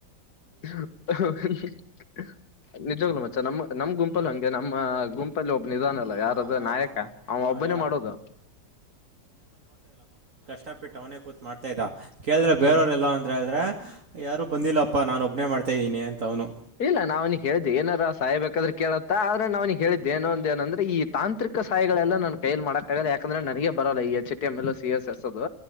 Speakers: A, on the left; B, on the right.
A: <unintelligible> ನಿಜೋಗ್ ಲು ಮಚ್ಚ ನಮ್ಮ್ ನಮ್ ಗುಂಪಲ್ಲ್ ಹಂಗೆ ನಮ್ಮಾ ಗುಂಪಲ್ಲಿ ಒಬ್ಬ್ ನಿಧಾನಲ್ಲ
B: ಹಾಂ
A: ಯಾರದು ನಾಯಕ ಅವ್ನ್
B: ಹಾಂ
A: ಒಬ್ಬನೇ
B: ಹೇಳ
A: ಮಾಡೋದು
B: ಷ್ಟಪಿಟ್ಟ್ ಅವನೇ ಕೂತ್ ಮಾಡ್ತೈದ ಕೇಳ್ದ್ರೆ ಬೇರವ್ರ್
A: ಹ್ಮ್
B: ಎಲ್ಲೋ ಅಂದ್ರ ಹೇಳ್ದ್ರ್ ಯಾರು ಬಂದಿಲ್ಲಪ್ಪಾ ನಾನನ್ ಒಬ್ಬ್ನೆ ಮಾಡ್ತಾ ಇದಿನಿ ಅಂತ ಅವ್ನೂ
A: ಇಲ್ಲ ನಾವ್ ನಿಗ್ ಹೇಳ್ದೆ ಏನಾರಾ ಸಹಾಯ ಬೇಕಾದ್ರೆ ಕೇಳತ್ತಾ ಆದ್ರೆ ನಾನ್ ಅವ್ನ್ಗ್ ಹೇಳಿದಿದ್ದೆ ಏನು ಒಂದ್ ಏನಂದ್ರೆ ಈ ತಾಂತ್ರಿಕ ಸಾಹಾಯಗಳೆಲ್ಲ ನನ್ ಕೈಲಿ ಮಾಡಕ್ಕಾಗಲ್ಲ ಯಾಕಂದ್ರೆ ನನಗೆ ಬರಲ್ಲ ಈ ಎಚ್ ಟಿ ಎಂ ಎಲ್ಲಾ ಸಿ ಎಸ್ ಎಸ್ ದೂ